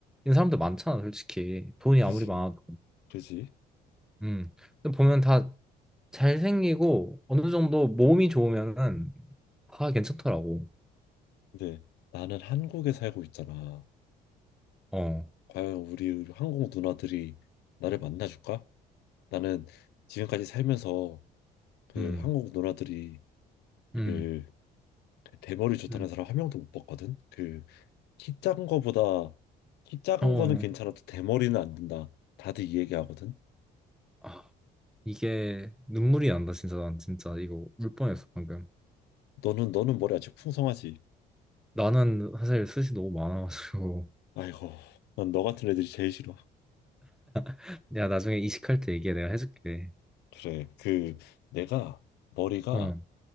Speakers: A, in the centre; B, on the left (about 80°).
A: 사람들 많잖아, 솔직히. 돈이
B: 그지.
A: 아무리 많아도.
B: 그지.
A: 음. 근데 보면 다 잘생기고 어느 정도 몸이 좋으면은 다 괜찮더라고.
B: 근데 나는 한국에 살고 있잖아.
A: 어.
B: 과연 우리 한국 누나들이 나를 만나줄까? 나는 지금까지 살면서 그
A: 음.
B: 한국 누나들이
A: 음.
B: 그 대머리 좋다는
A: 음.
B: 사람 한 명도 못 봤거든. 그 키 작은 거보다 키 작은
A: 어.
B: 거는 괜찮아도 대머리는 안 된다. 다들 이 얘기하거든.
A: 아, 이게 눈물이 난다 진짜 난 진짜 이거 울 뻔했어 방금.
B: 너는 너는 머리 아직 풍성하지.
A: 나는 사실 숱이 너무 많아가지고.
B: 아이고, 난 너 같은 애들이 제일 싫어.
A: <laughs> 내가 나중에 이식할 때 얘기해 내가 해줄게.
B: 그래. 그 내가 머리가
A: 어.